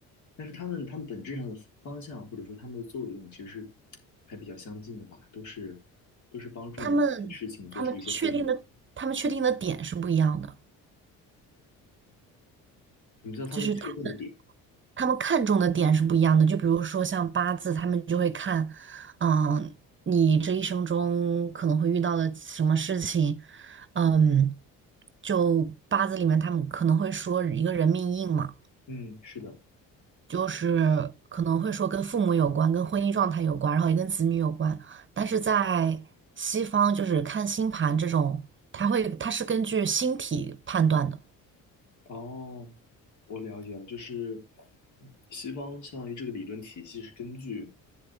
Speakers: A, on the left; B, on the right.
A: 但是他们他们本质上的方向或者说他们的作用其实是还比较相近的吧，都是都是帮助你对事情做出一些判断。
B: 他们他们确定的他们确定的点是不一样的，
A: 什么叫他们确定的点？
B: 就是他他们看重的点是不一样的。就比如说像八字，他们就会看，嗯，你这一生中可能会遇到的什么事情，嗯，就八字里面他们可能会说一个人命硬嘛，
A: 嗯，是的。
B: 就是可能会说跟父母有关，跟婚姻状态有关，然后也跟子女有关。但是在西方，就是看星盘这种，它会它是根据星体判断的。
A: 哦，我了解了，就是西方相当于这个理论体系是根据